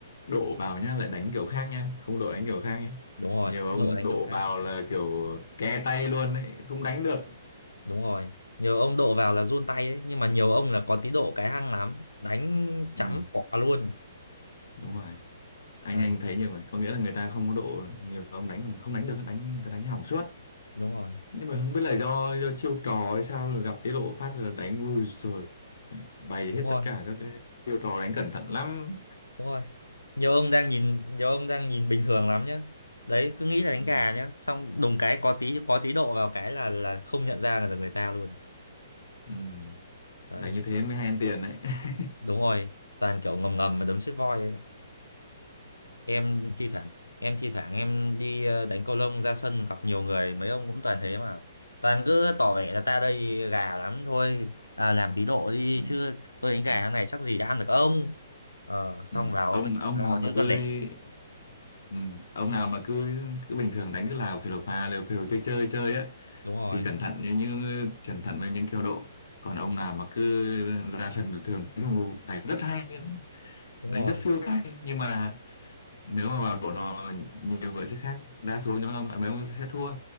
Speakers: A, on the left; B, on the left.
A: đổ vào nhá lại đánh kiểu khác nhá không đổ đánh kiểu khác nhá
B: đúng rồi
A: nhiều ông
B: độ đánh
A: đổ
B: kiểu khác
A: vào là kiểu ke tay luôn ấy không đánh được
B: đúng rồi nhiều ông độ vào là run tay ấy nhưng mà nhiều ông là có tí độ cái hăng lắm đánh chấm
A: ừ,
B: quả luôn
A: đúng rồi anh
B: đấy
A: anh thấy nhiều người có nghĩa là người ta không có độ nhiều ông đánh mà không đánh được đánh người ta đánh hỏng suốt
B: đúng rồi
A: nhưng mà không biết là do do chiêu trò hay sao rồi gặp tiết độ phát rồi đánh ui rồi bày hết
B: đúng rồi
A: tất cả các cái chiêu trò đánh cẩn thận lắm
B: Đúng rồi. Nhiều ông đang nhìn nhiều ông đang nhìn bình thường lắm nhá. Đấy cứ nghĩ là đánh
A: ừ,
B: gà nhá, xong đùng cái có tí có tí độ vào cái là là không nhận ra là người ta luôn.
A: ừ.
B: Đấy
A: đánh
B: nói
A: như thế
B: chung-
A: mới hay ăn tiền đấy <laughs>
B: đúng rồi, toàn kiểu ngầm ngầm mà đấm chết voi ấy. Em thi thoảng em thi thoảng em đi ờ, đánh cầu lông ra sân gặp nhiều người mấy ông cũng toàn thế mà. Toàn cứ tỏ vẻ là ta đây gà lắm thôi, à, làm tí độ đi
A: ừ,
B: chứ tôi đánh gà
A: ừ,
B: thế này chắc gì đã ăn được ông. Ờ, xong
A: ừ.
B: vào
A: ông
B: ông ấy tận
A: ông
B: do
A: nào mà
B: như
A: cứ
B: con đẻ.
A: đi ừ. ông nào mà cứ cứ bình thường đánh cứ là phều phà liều phều chơi chơi chơi á
B: Đúng rồi,
A: thì cẩn thận như những cẩn thận với những kiểu độ còn ông nào mà cứ ra sân bình thường đánh đánh rất hay
B: đúng
A: đánh
B: rồi.
A: rất phiêu tay nhưng mà nếu mà vào độ lò nhiều người sẽ khác đa số những ông bạn mấy ông sẽ thua